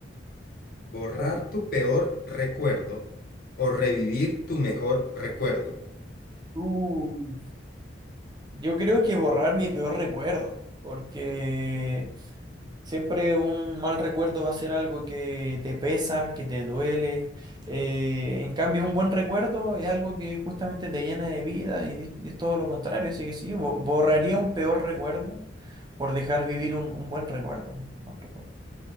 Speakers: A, on the left; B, on the right.
A: ¿Borrar
B: Uh,
A: tu peor recuerdo o revivir tu mejor recuerdo?
B: uh. Yo creo que borrar mi peor recuerdo, porque siempre un mal recuerdo va a ser algo que te pesa, que te duele. Eh, en cambio, un buen recuerdo es algo que justamente te llena de vida y, di- y es todo lo contrario. Así que sí, bo- borraría un peor recuerdo por dejar vivir un, un buen recuerdo. un buen recuerdo.